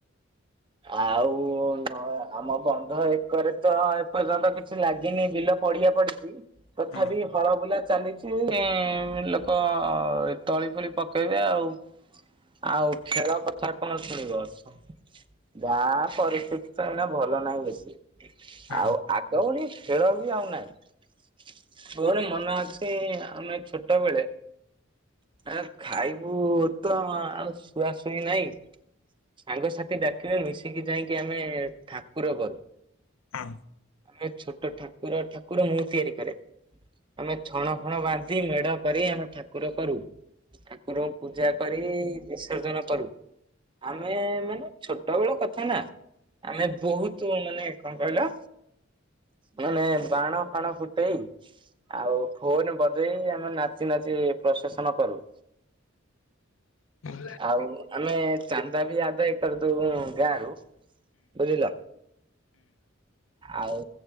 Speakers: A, on the right; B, on the left.
A: ଆଉ ନ ଆମ ବନ୍ଧ ଏକରେ ତ ଏପର୍ଯ୍ୟନ୍ତ କିଛି ଲାଗିନି ବିଲ ପଡିଆ ପଡିଛି ତଥାପି
B: ହଁ
A: ହଳ ବୁଲା ଚାଲିଛି ଲୋକ ତଳି ଫଳି ପକେଇବେ ଆଉ ଆଉ ଖେଳ କଥା କଣ ଶୁଣିବ ଅଛ ଗାଁ ପରିସ୍ଥିତି ତ ଏଇନା ଭଲ ନାହିଁ ବେଶି
B: ହଁ
A: ଆଉ ଆଗ ଭଳି ଖେଳ ବି ଆଉ ନାହିଁ ତୋର ମନ ଅଛି ଆମେ ଛୋଟ ବେଳେ ଆ ଖାଇବୁ ତ ଆଉ ଶୁଆ ଶୁଇ ନାହିଁ ସାଙ୍ଗସାଥି ଡାକିବେ ମିଶିକି ଯାଇକି ଆମେ ଠାକୁର କରୁ
B: ହଁ।
A: ଆମେ ଛୋଟ ଠାକୁର ଠାକୁର ମୁଁ ତିଆରି କରେ ଆମେ ଛଣ ଫଣ ବାନ୍ଧି ମେଢ କରି ଆମେ ଠାକୁର କରୁ ଠାକୁରଙ୍କୁ ପୂଜା କରି ବିସର୍ଜନ କରୁ ଆମେ ମାନେ ଛୋଟ ବେଳ କଥା ନା ଆମେ ବହୁତ ମାନେ କଣ କହିଲ ମାନେ ବାଣ ଫାଣ ଫୁଟେଇ ଆଉ ଫୋନ ବଜେଇ ଆମେ ନାଚି ନାଚି ପ୍ରୋସେସନ କରୁ
B: ହୁଁ।
A: ଆଉ ଆମେ ଚାନ୍ଦା ବି ଆଦାୟ କରିଦଉ ଗାଁ ରୁ ବୁଝିଲ ଆଉ